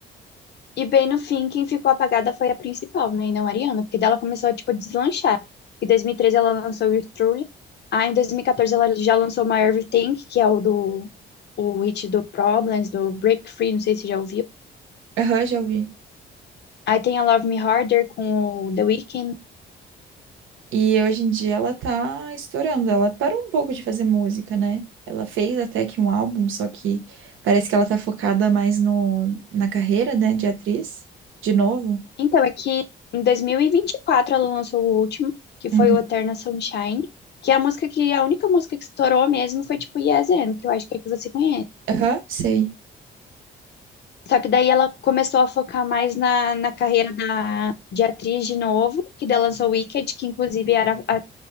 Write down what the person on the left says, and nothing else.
E bem no fim, quem ficou apagada foi a principal, né? E não a Ariana, porque dela começou a, tipo, a deslanchar. Em 2013 ela lançou o Truly. Aí em 2014 ela já lançou My Everything, que é o do o hit do Problems, do Break Free, não sei se já ouviu.
Aí tem a Love Me Harder com o The Weeknd.
Então é que em 2024 ela lançou o último, que foi
o Eternal Sunshine, que é a música que a única música que estourou mesmo foi tipo Yes and, que eu acho que é que você conhece.
Só que daí ela começou a focar mais na, na carreira da, de atriz de novo, que daí lançou Wicked, que inclusive era a-